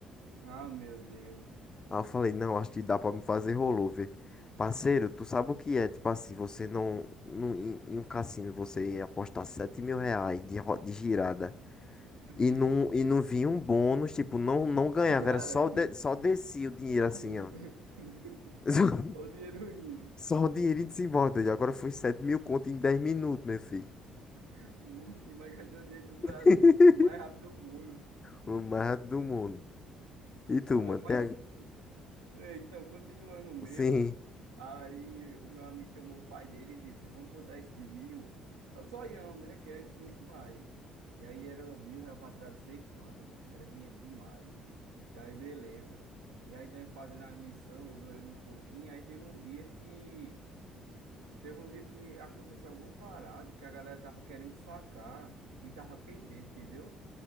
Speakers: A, on the right; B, on the left.
A: Ah, meu Deus.
B: Aí eu falei, não, acho que dá pra me fazer rollover. Parceiro, tu sabe o que é? Tipo assim, você não. não em, em um cassino você apostar 7 mil reais de, ro- de girada.
A: <laughs>
B: E não, e não vinha um bônus, tipo, não, não ganhava,
A: Caramba.
B: era só, de- só descia o dinheiro assim,
A: <laughs>
B: ó. <laughs>
A: Só o dinheiro indo.
B: Só o dinheiro em desembolso. E agora foi 7 mil conto em dez minutos, meu filho.
A: <laughs> O homem que mais gastou dinheiro do Brasil,
B: <laughs>
A: o mais rápido do mundo.
B: O mais rápido do mundo. E tu,
A: Cara,
B: mano?
A: mas.
B: Tem...
A: é, Então, continuando o meu.
B: a- Sim.
A: Aí o meu amigo chamou o pai dele e disse: Vamos botar esse de mil. É o zoião, né? Querendo muito mais. E aí era mil reais pra tirar não sei quanto, mano. Era dinheiro demais. E aí, beleza. E aí, nós fazendo as missões, eu ganhando um pouquinho. Aí teve um dia que. Teve um dia que aconteceu alguma parada que a galera tava querendo sacar e tava pendente, entendeu?